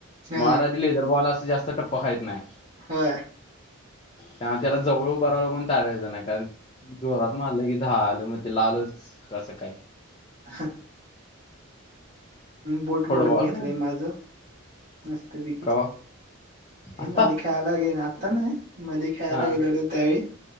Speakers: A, on the right; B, on the left.
A: हा.
B: म आता आधी लेझर बॉल असं जास्ती जास्त टप्प खायित नाही.
A: होय.
B: त्यामुळे त्याला जवळ बरा लागून तयार व्हायचं नाही कारण जोरात मारलं की झालं मग ते लालच कसं काय?
A: ह बोट मोडून
B: फुटबॉल
A: घेतलंय
B: पण
A: माझं मस्त पैकी.
B: कवा
A: हे
B: आता
A: मध्ये खेळायला गेता ना मध्येी खेळायला
B: हा
A: गेलेलो त्यावेळी